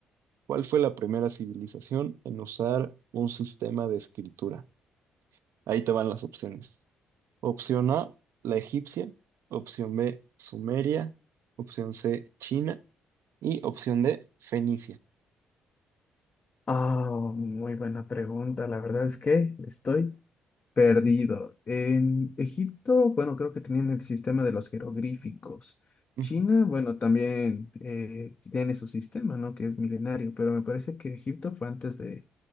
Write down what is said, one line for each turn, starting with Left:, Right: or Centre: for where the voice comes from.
Right: ¿Cuál fue la primera civilización en usar un sistema de escritura? Ahí te van las opciones. Opción A, la egipcia. Opción B, Sumeria. Opción C, China. Y opción D, Fenicia.
Left: Ah, muy buena pregunta. La verdad es que estoy Perdido. En Egipto, bueno, creo que tenían el sistema de los jeroglíficos.
Right: <laughs>
Left: China, bueno, también eh, tiene su sistema, ¿no? Que es milenario, pero me parece que Egipto fue antes de